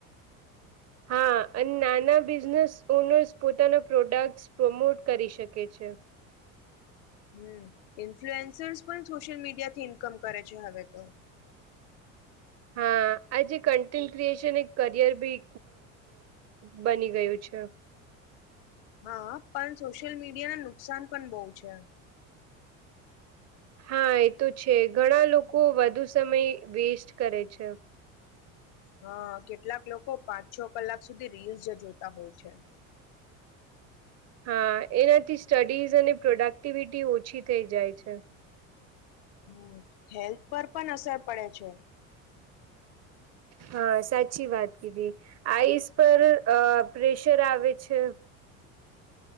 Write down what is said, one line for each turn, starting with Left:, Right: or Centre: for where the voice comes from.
Right: હા. અને નાના બિઝનેસ ઓનર્સ પોતાના પ્રોડક્ટસ પ્રોમોટ કરી શકે છે.
Left: હમ ઇન્ફ્લુએન્સર્સ પણ સોશિયલ મીડિયાથી ઇન્કમ કરે છે હવે તો.
Right: હા આજે કન્ટેન્ટ ક્રિએશન એક કરિયર બી બની ગયું છે.
Left: હા પણ સોશિયલ મીડિયાને નુકસાન પણ બહુ છે.
Right: હા એ તો છે ઘણા લોકો વધુ સમય વેસ્ટ કરે છે.
Left: હા કેટલાક લોકો પાંચ છ કલાક સુધી રીલ્સ જ જોતા હોય છે.
Right: હા એનાથી સ્ટડીઝ અને પ્રોડક્ટિવિટી ઓછી થઈ જાય છે.
Left: હમ હેલ્થ પર પણ અસર પડે છે.
Right: હા સાચી વાત કીધી આઈસ પર પ્રેશર આવે છે.